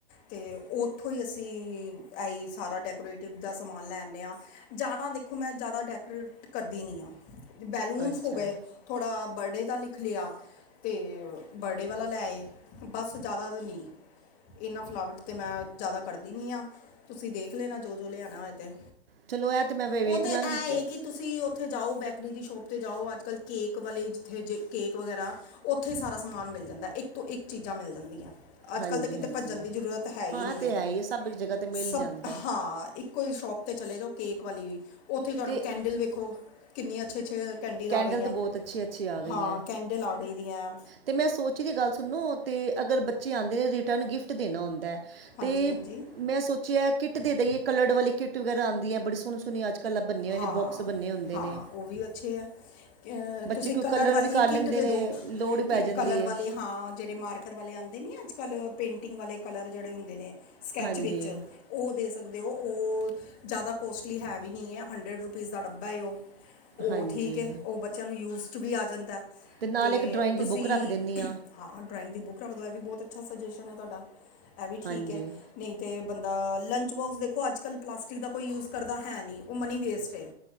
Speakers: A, on the left; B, on the right.
A: ਤੇ ਉੱਥੋਂ ਹੀ ਅਸੀਂ ਐਈ ਸਾਰਾ ਡੈਕੋਰੇਟਿਵ ਦਾ ਸਮਾਨ ਲੈਣੇ ਆ। ਜ਼ਿਆਦਾ ਦੇਖੋ ਮੈਂ ਜ਼ਿਆਦਾ ਡੈਕੋਰੇਟ ਕਰਦੀ ਨਹੀਂ ਆ ਬੈਲੂਨਸ
B: ਅੱਛਾ
A: ਹੋ ਗਏ। ਥੋੜਾ ਬਰਥਡੇ ਦਾ ਲਿਖ ਲਿਆ। ਤੇ ਬਰਡੇ ਵਾਲਾ ਲੈ ਆਈ, ਬਸ ਜਿਆਦਾ ਨੀ। ਇਹਨਾ ਫਿਲਾਵਟ ਤੇ ਮੈਂ ਜ਼ਿਆਦਾ ਕਰਦੀ ਨੀ ਆ ਤੁਸੀਂ ਦੇਖ ਲੈਣਾ ਜੋ-ਜੋ ਲਿਆਣਾ ਹੋਏ ਤੇ,
B: ਚਲੋ ਇਹ ਤੇ ਮੈਂ ਵੇਖ
A: ਉਹ ਤਾਂ
B: ਲਾਂਗੀ
A: ਐ
B: ਤੇ
A: ਏ ਕਿ ਤੁਸੀਂ ਉਥੇ ਜਾਓ ਬੈਕਰੀ ਦੀ ਸ਼ੋਪ ਤੇ ਜਾਓ ਅੱਜ-ਕੱਲ ਕੇਕ ਵਾਲੇ ਜਿੱਥੇ ਕੇਕ ਵਗੈਰਾ ਉੱਥੇ ਹੀ ਸਾਰਾ ਸਮਾਨ ਮਿਲ ਜਾਂਦਾ ਇੱਕ ਤੋਂ ਇੱਕ ਚੀਜ਼ਾਂ ਮਿਲ ਜਾਂਦੀਆ। ਅੱਜ-ਕੱਲ
B: ਹਾਂਜੀ
A: ਤਾਂ ਕਿਤੇ
B: ਹਾਂਜੀ
A: ਭੱਜਣ ਦੀ ਜ਼ਰੂਰਤ ਹੈ ਹੀ
B: ਹਾਂ
A: ਨੀ
B: ਇਹ ਤੇ
A: ਐ,
B: ਹੈ ਹੀ ਹੈ, ਸਭ ਇੱਕ ਜਗ੍ਹਾ ਤੇ
A: ਸਭ
B: ਮਿਲ ਜਾਂਦਾ ਹੈ।
A: ਹਾਂ। ਇੱਕੋ ਹੀ ਸ਼ੋਪ ਤੇ ਚਲੇ ਜਾਓ ਕੇਕ ਵਾਲੀ ਵੀ ਉੱਥੇ ਤੁਹਾਨੂੰ
B: ਤੇ
A: ਕੈਂਡਲ ਵੇਖੋ ਕਿੰਨੇ ਅੱਛੇ-ਅੱਛੇ, ਕੰਡੀਲ
B: ਕੈਂਡਲ
A: ਆ ਗੀਆਂ
B: ਤਾਂ ਬਹੁਤ ਅੱਛੀ ਅੱਛੀ ਆ ਗਈਆਂ
A: ਹਾਂ
B: ਹੈ।
A: ਕੈਂਡਲ ਆ ਗਈ ਦੀ ਆ।
B: ਤੇ ਮੈਂ ਸੋਚ ਕੇ ਗੱਲ ਸੁਨੋ ਤੇ ਅਗਰ ਬੱਚੇ ਆਂਦੇ ਨੇ ਰਿਟਰਨ ਗਿਫਟ ਦੇਣਾ ਹੁੰਦੈ
A: ਹਾਂਜੀ
B: ਤੇ
A: ਹਾਂਜੀ
B: ਮੈਂ ਸੋਚਿਆ ਕਿੱਟ ਦੇ ਦਈਏ ਕਲਰਡ ਵਾਲੀ ਕਿੱਟ ਵਗੈਰਾ ਆਂਦੀ ਐ ਬੜੀ ਸੋਣੀ-ਸੋਣੀ ਅੱਜ ਕੱਲ੍ਹ ਬੰਨੇ ਹੋਏ
A: ਹਾਂ-ਹਾਂ
B: ਨੇ ਬੋਕਸ ਬੰਨੇ ਹੁੰਦੇ ਨੇ
A: ਓ ਵੀ ਅੱਛੇ ਐ। ਅ
B: ਬੱਚੇ
A: ਤੁਸੀਂ
B: ਕੋਈ
A: ਕਲਰਡ
B: ਕਲਰ
A: ਵਾਲੀ
B: ਵੀ ਕਰ
A: ਕਿੱਟ
B: ਲੈਂਦੇ
A: ਦੇ
B: ਨੇ
A: ਦੋ
B: ਲੋੜ ਹੀ ਪੈ
A: ਕਿ
B: ਜਾਂਦੀ
A: ਕਲਰ ਵਾਲੇ
B: ਹੈ
A: ਹਾਂ ਜੇੜੇ ਮਾਰਕਰ ਵਾਲੇ ਆਂਦੇ ਨੀ ਅੱਜ-ਕੱਲ ਪੇਂਟਿੰਗ ਵਾਲੇ ਕਲਰ ਜੇੜੇ ਹੁੰਦੇ ਨੇ ਸਕੈੱਚ
B: ਹਾਂਜੀ
A: ਵਿੱਚ ਓ ਦੇ ਸਕਦੇ ਓ-ਓ ਜਾਦਾ ਕੋਸਟਲੀ ਹੈ ਵੀ ਨੀ ਐ ਹੰਡਰਡ ਰੁਪੀਜ਼ ਦਾ ਡੱਬਾ ਏ ਓ ਓ
B: ਹਾਂਜੀ
A: ਠੀਕ ਏ ਓ ਬੱਚਿਆਂ ਨੂੰ ਯੂਜ਼ਡ ਚ ਵੀ ਆ ਜਾਂਦੈ।
B: ਨਾਲ
A: ਤੇ
B: ਇੱਕ ਡਰਾਇੰਗ
A: ਤੁਸੀ
B: ਦੀ ਬੁੱਕ ਰੱਖ ਦਿੰਦੀ
A: ਹਾਂ ਡਰਾਇੰਗ ਦੀ ਬੁੱਕ ਰੱਖ ਦੋ ਐ ਵੀ ਬੋਤ ਅੱਛਾ ਸੁਜੈਸ਼ਨ ਐ ਤੁਹਾਡਾ ਐ ਵੀ
B: ਹਾਂਜੀ
A: ਠੀਕ ਐ। ਨਈ ਤੇ ਬੰਦਾ ਲੰਚਬੋਕਸ ਦੇਖੋ ਅੱਜ-ਕੱਲ੍ਹ ਪਲਾਸਟਿਕ ਦਾ ਕੋਈ ਯੂਜ ਕਰਦਾ ਹੈਨੀ ਓ ਮਨੀ ਵੇਸਟ ਏ।